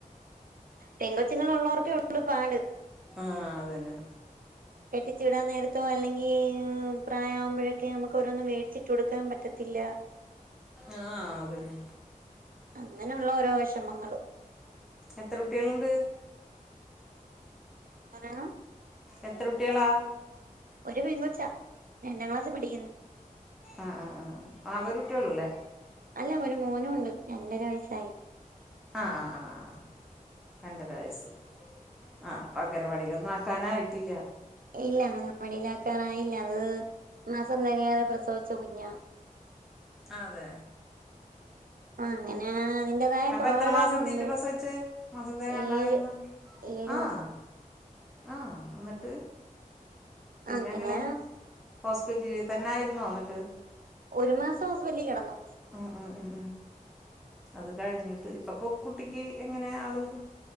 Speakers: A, on the right (about 80°); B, in the centre.
A: പെൻ കൊച്ചുങ്ങള ഉള്ളവർക്കെ ഉള്ളൂ പാട്
B: ആഹ് അതന്നെ
A: കെട്ടിച്ചുവിടാൻ നേരത്തോ അല്ലെങ്കിൽ പ്രായം മാവുമ്പോഴൊക്കെ നമുക്ക് ഓരോന്നും മേടിച്ചിട്ട് കൊടുക്കാൻ പറ്റത്തില്ല <inaudible>
B: ആഹ് അതന്നെ
A: അങ്ങനെയുള്ള ഓരോ വിഷമങ്ങള്
B: എത്ര കുട്ട്യാളുണ്ട്
A: ഹലോ
B: എത്രട്ടിയേളാ
A: ഒരു പെൻകൊച്ചാ രണ്ടാം ക്ലാസ് പഠിക്കുന്നു
B: ആഹ് ആഹ് ആഹ് ആഹ് ആകൊരുട്ടിയൊള്ളുലെ
A: അല്ല ഒരു മോനൂണ്ട് രണ്ടര വയസ്സായി
B: ആഹ് ആഹ് ആഹ് ആഹ് ആഹ് രണ്ടര വയസ്സ് ആഹ് അപ്പ അംഗനവാടിലൊന്നും ആക്കാനായിട്ടില്ല
A: ഇല്ല അംഗനവാടിയിലാക്കാനായില്ല അത് മാസം തെകയാതെ പ്രസവിച്ച കുഞ്ഞാ
B: അതെ
A: ആഹ് അങ്ങനെ അതിന്റേതായ
B: അപ്പ
A: കുറവുകൾ
B: എത്ര മാസത്തീട്ട്
A: അവനുണ്ട്
B: പ്രസവിച്ച് മാസം തെയാണ്ടയായിരുന്നു
A: ഏഴ് ഏഴു
B: ആഹ്
A: മാസം
B: ആഹ് ന്നട്ട് പിന്നെങ്ങനെ
A: അങ്ങനെ
B: ഹോസ്പിറ്റലിൽ തന്നെയായിരുന്നൊ ന്നട്ട്
A: ഒരു മാസം ഹോസ്പിറ്റലി കിടന്നു
B: ഉ ഉം ഉം ഉം അത് കഴിഞ്ഞിട്ട് ഇപ്പൊ കുട്ടിക്ക് എങ്ങനെ ആള്